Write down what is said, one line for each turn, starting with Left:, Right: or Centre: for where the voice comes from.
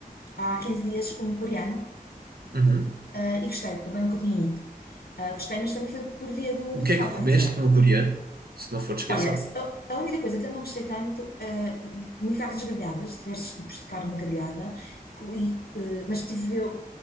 Left: há 15 dias um coreano.
Right: Uhum.
Left: Ah, e gostei, também nunca tinha ido. Ah, gostei, mas também foi por via do,
Right: O
Left: do
Right: que
Left: fora,
Right: é que
Left: pensei.
Right: comeste no coreano? Se não for descrição.
Left: Olha, se- a, a única coisa que eu não gostei tanto, ah, p- comi carnes grelhadas, diversos tipos de carne grelhada, e, co- e, eh, mas tive eu